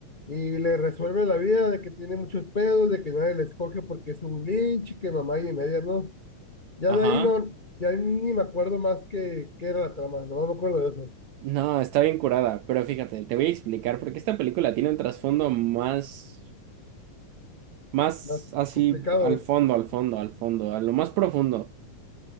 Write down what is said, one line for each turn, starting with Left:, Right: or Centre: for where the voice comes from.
Left: Y le resuelve la vida de que tiene muchos pedos, de que nadie le escoge porque es un glitch, que mamá y media, ¿no? Ya
Right: ajá.
Left: de ahí no, ya ni me acuerdo más que, qué era la trama, no me acuerdo de eso.
Right: No, está bien curada, pero fíjate, te voy a explicar porque esta película tiene un trasfondo más... Más
Left: Más
Right: así
Left: complicado,
Right: al fondo, al fondo, al fondo, a lo más profundo.